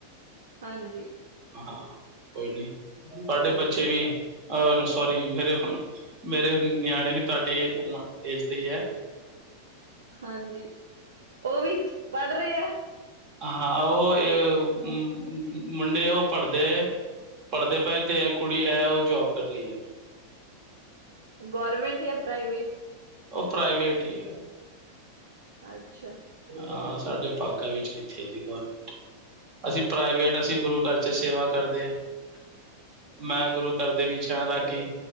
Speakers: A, on the right (about 65°); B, on the right (about 40°).
A: ਹਾਂਜੀ
B: ਹ ਕੋਈ ਨੀ, ਤੁਹਾਡੇ ਬੱਚੇ ਵੀ ਅਹ, ਸੋਰੀ ਮੇਰੇ ਮੇਰੇ ਨਿਆਣੇ ਵੀ ਤੁਹਾਡੀ ਏਜ ਦੀ ਹੈ।
A: ਹਾਂਜੀ, ਉਹ ਵੀ ਪੜ੍ਹ ਰਹੇ ਹੈ।
B: ਹਾਂ, ਉਹ ਇਹ ਮੁੰਡੇ ਉਹ ਪੜ੍ਹਦੇ ਪੜ੍ਹਦੇ ਪਏ, ਤੇ ਕੁੜੀ ਹੈ ਉਹ ਜੋਬ ਕਰ ਰਹੀ ਹੈ।
A: ਗੌਰਰਮੈਂਟ ਜਾਂ ਪ੍ਰਾਈਵੇਟ
B: ਉਹ ਪ੍ਰਾਈਵੇਟ ਹੀ ਹੈ।
A: ਅੱਛਾ
B: ਹਾਂ, ਸਾਡੇ ਭਾਗਾਂ ਵਿੱਚ ਕਿੱਥੇ ਜੀ ਗੌਰਮਿੰਟ ਅਸੀਂ ਪ੍ਰਾਈਵੇਟ ਅਸੀਂ ਗੁਰੂ ਘਰ ਚ ਸੇਵਾ ਕਰਦੇ।
A: <unintelligible>
B: ਮੈਂ ਗੁਰੂ ਘਰ ਦੇ ਵਿੱਚ ਹਾ ਰਾਗੀ।